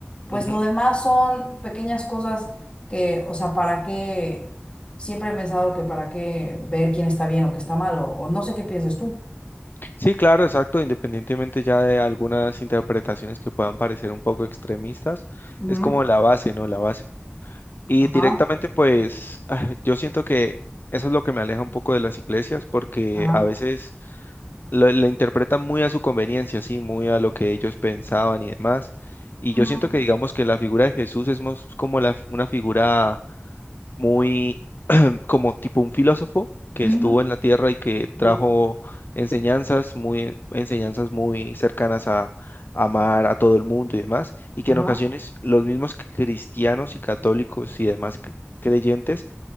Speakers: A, on the left (about 30°); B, on the left (about 55°).
A: pues
B: Ujú.
A: lo demás son pequeñas cosas que, o sea, ¿para qué? Siempre he pensado que para qué ver quién está bien o qué está mal, o, o no sé qué piensas tú.
B: Sí, claro, exacto. Independientemente ya de algunas interpretaciones que puedan parecer un poco extremistas,
A: Ujú.
B: es como la base, ¿no? La base. Y
A: Ajá,
B: directamente, pues, <sighs> ah, yo siento que eso es lo que me aleja un poco de las iglesias, porque
A: ajá.
B: a veces la, la interpretan muy a su conveniencia, sí, muy a lo que ellos pensaban y demás. Y
A: Ujú.
B: yo siento que digamos que la figura de Jesús es más como la, una figura muy mm, como tipo un filósofo que
A: Ujú.
B: estuvo en la tierra y que
A: Sí,
B: trajo enseñanzas muy, enseñanzas muy cercanas a amar a todo el mundo y demás, y que
A: Ajá.
B: en ocasiones los mismos cristianos y católicos y demás cre- creyentes